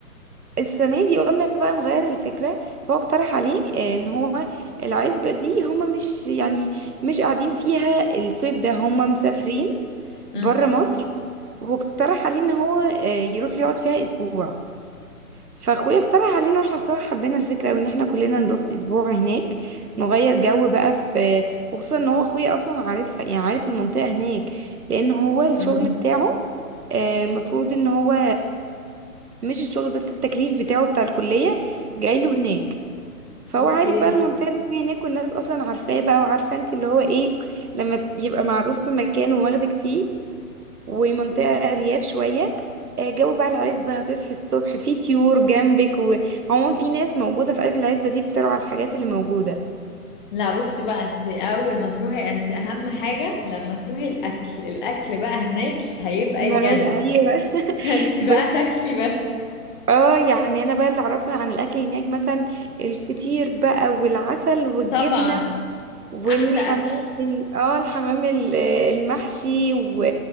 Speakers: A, on the right; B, on the left.
A: السنة دي قلنا بقى نغير الفكرة فهو اقترح عليه آه، ان هو العزبة دي هما مش يعني مش قاعدين فيها الصيف ده هما مسافرين
B: اه
A: بره مصر واقترح عليه ان هو آه، يروح يقعد فيها اسبوع فاخويا اقترح علينا واحنا بصراحه حبينا الفكره قوي ان احنا كلنا نروح اسبوع هناك نغير جو بقى في وخصوصا ان هو اخويا اصلا عارف يعني عارف المنطقه هناك لان هو الشغل
B: اه
A: بتاعه آه، مفروض ان هو مش الشغل بس التكليف بتاعه بتاع الكليه جاي له هناك فهو
B: اوكي
A: عارف بقى المنطقه اللي فيها هناك والناس اصلا عارفاه بقى وعارفه انت اللي هو ايه لما يبقى معروف في مكان وواخدك فيه ومنطقة أرياف شوية آه، جو بقى العزبة هتصحي الصبح في طيور جنبك وعموما في ناس موجودة في قلب العزبة دي بترعى الحاجات اللي موجودة
B: لا بصي بقى انت اول ما تروحي انت اهم حاجة لما تروحي الاكل الاكل بقى هناك هيبقى
A: معقول
B: يجنن
A: ايوه
B: <laughs>
A: <laughs>
B: فانت بقى
A: ب...
B: تاكلي بس
A: اه يعني انا بقى اللي اعرفه عن الاكل هناك مثلا الفطير بقى والعسل والجبنه
B: طبعا
A: والحمام
B: احلى اكل
A: ال- اه الحمام ال- المحشي و...